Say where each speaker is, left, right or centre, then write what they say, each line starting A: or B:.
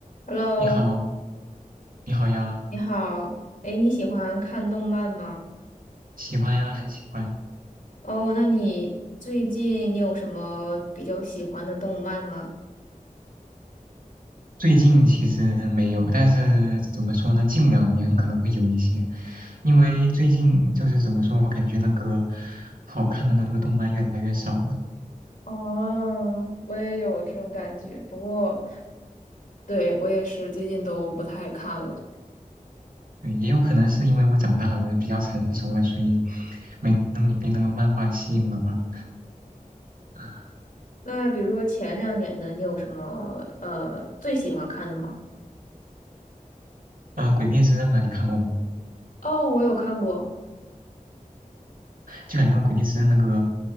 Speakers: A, on the left (about 75°); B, on the right (about 85°).
A: Hello，
B: 你好，你好呀，
A: 你好。哎，你喜欢看动漫吗？
B: 喜欢呀，很喜欢。
A: 哦，那你最近你有什么比较喜欢的动漫吗？
B: 最近其实没有，但是怎么说呢？近两年可能会有一些，因为最近就是怎么说，我感觉那个好看的那个动漫越来越少了。
A: 哦，我也有这种感觉，不过对，我也是最近都不太看了。
B: 对，也有可能是因为我长大了，比较成熟了，所以没那么被那个漫画吸引了吧。啊
A: 那比如说前两年的，你有什么呃最喜欢看的吗？
B: 呃，《鬼灭之刃》啊，你看过吗？
A: 哦，我有看过
B: 就感觉那个《鬼灭之刃那个